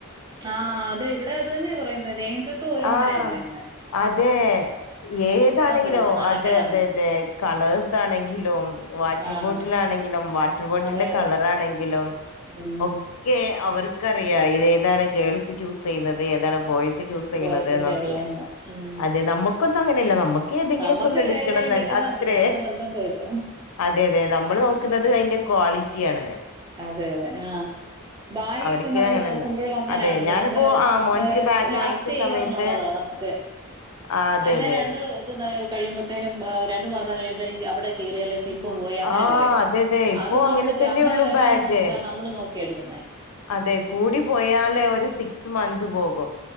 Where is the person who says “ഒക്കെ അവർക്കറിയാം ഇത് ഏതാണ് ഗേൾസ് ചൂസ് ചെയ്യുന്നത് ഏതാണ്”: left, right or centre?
Left